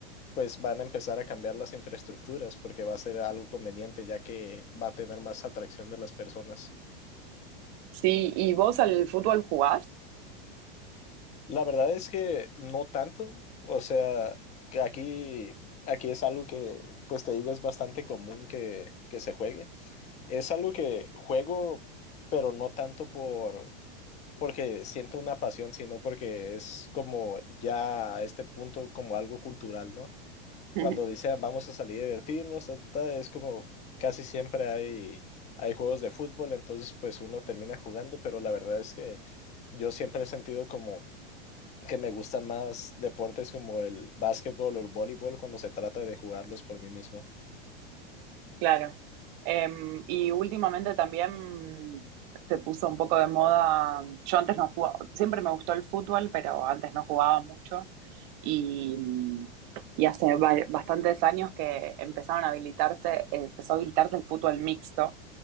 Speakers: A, on the left; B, on the right.
A: pues van a empezar a cambiar las infraestructuras porque va a ser algo conveniente ya que va a tener más atracción de las personas.
B: Sí, ¿y vos al fútbol jugás?
A: La verdad es que no tanto, o sea, que aquí, aquí es algo que, pues te digo, es bastante común que, que se juegue. Es algo que juego, pero no tanto por, porque siento una pasión, sino porque es como ya a este punto como algo cultural, ¿no?
B: <laughs>
A: cuando dicen vamos a salir a divertirnos, ta, ta, es como casi siempre hay, hay juegos de fútbol, entonces pues uno termina jugando, pero la verdad es que yo siempre he sentido como que me gusta más deportes como el básquetbol o el voleibol cuando se trata de jugarlos por mí mismo.
B: Claro. Em, y últimamente también se puso un poco de moda. Yo antes no jugaba, siempre me gustó el fútbol, pero antes no jugaba mucho. Y, y hace ba- bastantes años que empezaron a habilitarse, empezó a habilitarse el fútbol mixto,